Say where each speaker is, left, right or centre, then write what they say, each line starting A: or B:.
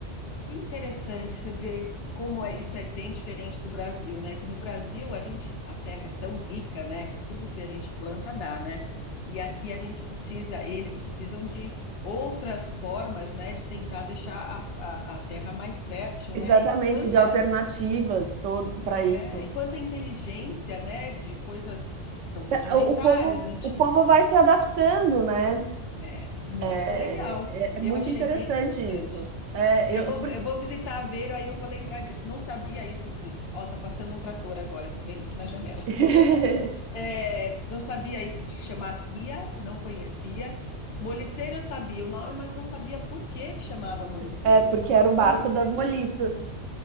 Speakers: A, on the left; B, on the right.
A: Que interessante você ver como é, isso é bem diferente do Brasil, né? Que no Brasil a gente, a terra é tão rica, né? Que tudo que a gente planta dá, né? E aqui a gente precisa, eles precisam de outras formas, né? De tentar deixar a, a, a terra mais fértil,
B: Exatamente,
A: né? E quanta,
B: de alternativas todo para
A: é,
B: isso.
A: e quanta inteligência, né? De coisas que são rudimentares,
B: É, O, o povo,
A: antigas.
B: o povo vai se adaptando, né?
A: É, muito
B: É,
A: legal.
B: é, é
A: Eu
B: muito
A: achei
B: interessante
A: bem interessante.
B: isso. É,
A: Eu
B: eu,
A: vou,
B: por-
A: eu vou visitar a Vero, aí eu vou lembrar disso. Não sabia isso de. Ó, tá passando um trator agora, tô vendo aqui na janela.
B: <laughs>
A: É, não sabia isso de chamar ria, não conhecia. Moliceiro eu sabia o nome, mas não sabia por que que chamava moliceiro.
B: é porque era o barco
A: Muito interessante.
B: das moliças.